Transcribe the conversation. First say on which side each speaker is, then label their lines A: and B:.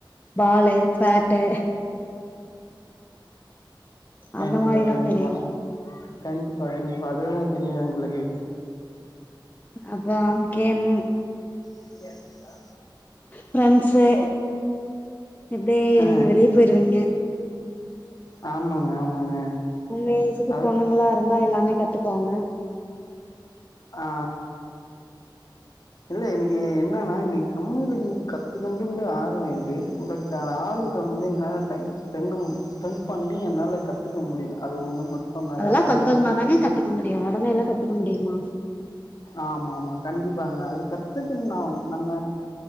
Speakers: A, on the left; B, on the left.
A: பாலு ஃபேட்டு
B: கண்டிப்பா
A: அந்த மாரிதா
B: கண்டிப்பா
A: தெரியு
B: கண்டிப்பா கண்டிப்பா அதுதா தெரியு எங்களுக்கு
A: அப்பம் கேம்
B: ஃப்ரியா இருக்கீங்களா
A: ஃப்ரெண்ட்ஸ்சு இப்டி
B: ஆ
A: நீங்க வெளிய போயிருவீங்க
B: ஆமாங்க ஆமாங்க
A: உங்க ஏஜுக்கு
B: அது
A: பொண்ணுங்களா இருந்தா எல்லாமே கத்துக்குவாங்க
B: ஆ இல்ல இன்னைக்கு என்னன்னா இன்னைக்கு சமையலக்கு கத்துக்கண்டு ஆர்வம் இருக்கு பட் அந்த ஆர்வத்த வந்து என்னால்ல டைம் ஸ்பெண்ணு ஸ்பெண்ட் பண்ணி என்னால கத்துக்க முடியல அது ஒண்ணு மட்டுதா
A: அதெல்லா
B: வேற
A: கொஞ்ச
B: ஒண்ணு
A: கொஞ்சமா
B: இல்ல
A: தாங்க கத்துக்க முடியும் உடனே எல்லா கத்துக்க முடியுமா
B: ஆமா ஆமா கண்டிப்பாங்க அது கத்துக்கன்னும் நம்ம